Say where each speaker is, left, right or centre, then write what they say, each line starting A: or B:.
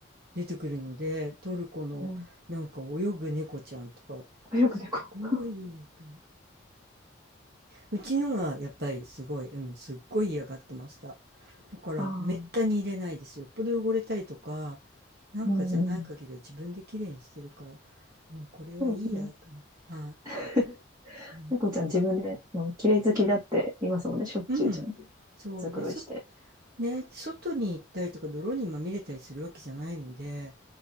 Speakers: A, on the right (about 50°); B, on the right (about 15°).
A: 出てくるので、トルコのなんか泳ぐ猫ちゃんとか、
B: うん。よく猫。
A: すごいと思う。
B: <laughs>
A: うちのがやっぱりすごい、うん、すっごい嫌がってました。だからめったに入れないですよ。
B: ああ、
A: よっぽど汚れたりとか、なんかじゃない限りは自分で綺麗にしてるから、
B: うん。
A: もうこれはいいやと思って。
B: そうですね。
A: はい。
B: <laughs>
A: そ
B: 猫ちゃん自分で、うん、綺麗好きだって言いますもんね、しょっちゅうちゃんと。
A: う。うん。そう。
B: 毛繕いして。
A: で、そ、ね、外に行ったりとか泥にまみれたりするわけじゃないので、